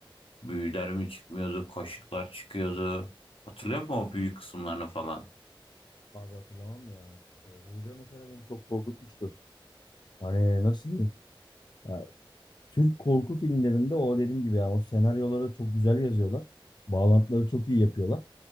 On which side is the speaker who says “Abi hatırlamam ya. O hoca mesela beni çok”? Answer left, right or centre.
Left